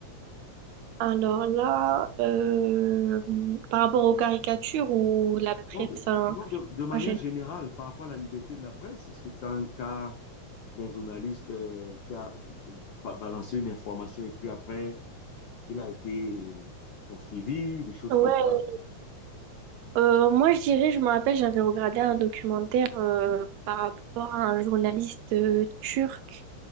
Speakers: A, on the right (about 75°); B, on the left (about 80°).
A: Alors là, euh, par rapport aux caricatures ou la presse,
B: Non, de,
A: hein,
B: non, de, de manière
A: en général.
B: générale, par rapport à la liberté de la presse, est-ce que tu as un cas d'un journaliste euh, qui a euh, ba- balancé une information et puis après, il a été euh, poursuivi, des choses
A: Ouais,
B: comme ça?
A: Euh, moi, je dirais, je me rappelle, j'avais regardé un documentaire euh, par rapport à un journaliste euh, turc